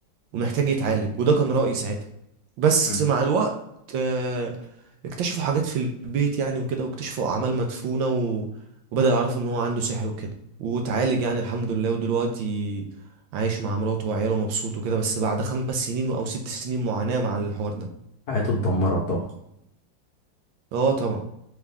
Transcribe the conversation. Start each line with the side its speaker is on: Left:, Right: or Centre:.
Right: ومحتاج يتعالج وده كان رأيي ساعتها بس
Left: مم.
Right: مع الوقت آه، اكتشفوا حاجات في البيت يعني وكده واكتشفوا اعمال مدفونة و... وبدأ يعرفوا ان هو عنده سحر وكده وتعالج يعني الحمد لله ودلوقتي عايش مع مراته وعياله مبسوط وكده بس بعد خمس سنين او ست سنين معاناة مع الحوار ده
Left: حياته اتدمرت طبعا
Right: اه طبعا